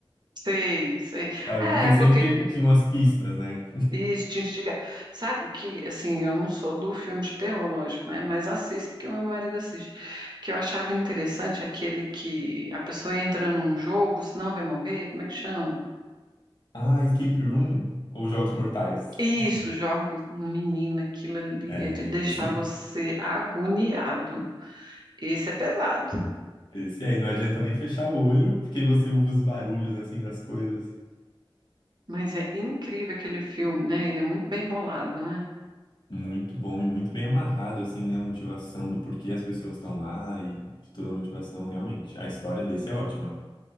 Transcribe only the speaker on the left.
sabe?
Porque
sempre tinham as pistas, né?
Ah, Escape Room ou Jogos Mortais.
É,
esse,
esse aí. Não adianta nem fechar o olho, porque você ouve os barulhos, assim, das coisas.
Muito bom e muito bem amarrado, assim, né? A motivação do porquê as pessoas estão lá e de toda a motivação, realmente. A história desse é ótima.